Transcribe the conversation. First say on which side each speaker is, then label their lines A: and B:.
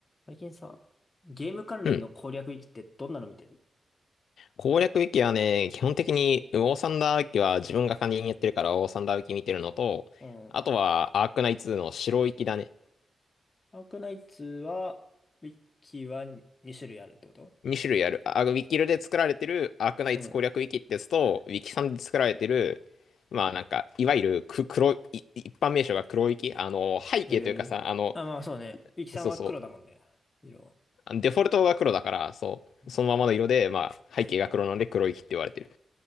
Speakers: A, on the left; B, on the left.
A: 最近さ、ゲーム関連の攻略ウィキってどんなの見てる
B: うん。攻略ウィキはね、基本的に、ウォーサンダーウィキは自分が管理人やってるから、ウォーサンダーウィキ見てるのと、
A: うん。
B: あとは、アークナイツの白ウィキだね。
A: アークナイツは、ウィキは2種類あるってこと
B: 2種類ある。あ、ウィキルで作られてるアークナイツ攻略ウィキってやつと、
A: うん。
B: ウィキさんで作られてる、まあなんか、いわゆるく黒い、い一般名称が黒ウィキ。あの、背景というかさ、
A: えー、
B: あの、
A: あ、まあそうね。ウィキさんは黒だもんね。
B: そうそ
A: 色は。
B: う。デフォルトが黒だから、そう。
A: うん。
B: そのままの色で、まあ、背景が黒なので黒ウィキって言われてる。